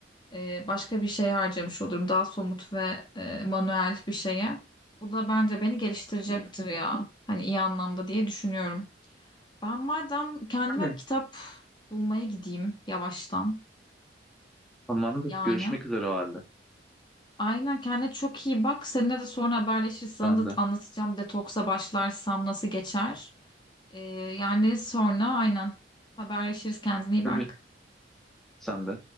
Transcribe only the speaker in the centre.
hı.
Tamamdır.
Görüşmek üzere o halde.
Sen
de.
Tabii.
Sen de.